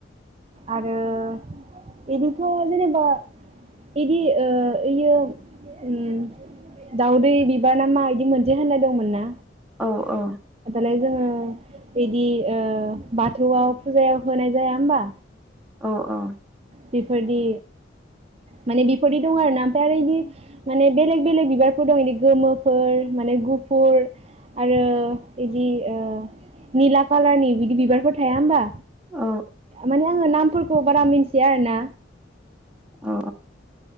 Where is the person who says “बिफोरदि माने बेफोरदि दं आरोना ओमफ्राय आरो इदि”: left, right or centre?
Right